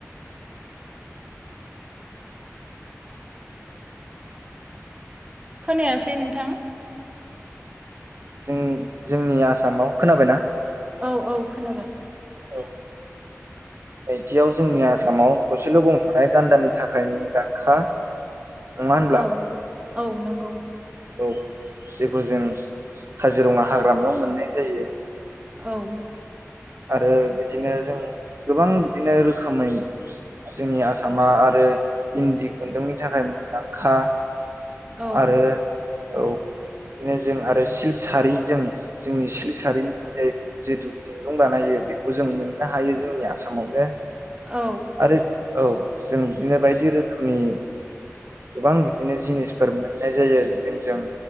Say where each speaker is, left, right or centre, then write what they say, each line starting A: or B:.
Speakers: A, on the right; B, on the right.
A: खोनायासै नंथां।
B: जोंनि जोंनि आसामाव खोनाबायना?
A: ओव औ खोनाबाय।
B: ओव। नैथियाव जोंनि आसामाव थसेल गंथ थानाय गान्दानि थाखाय मुंदांखा। नङाहोनब्ला?
A: औ औ नंगौ।
B: ओव जेखौ जों काजिरङा हाग्रामायाव मोननाय जायो।
A: ओव।
B: आरो बिदिनो जों गोबां बिदिनो रोखोमै जोंनि आसामा आरो इन्दि खुन्दुंनि थाखाय मुंदांखा।
A: औ
B: आरो ओव बिदिनो जों आरो सिल्क सारि जों जोंनि सिल्क सारिनि जाय जिथु खुन्दुं बानायो बेखौ जों मोननो हायो जोंनि आसामावनो।
A: औ
B: आरो ओव। जों बिदिनो बायदि रोखोमनि। गोबां बिदिनो जिनिसफोर मोननाय जायो जोंजों,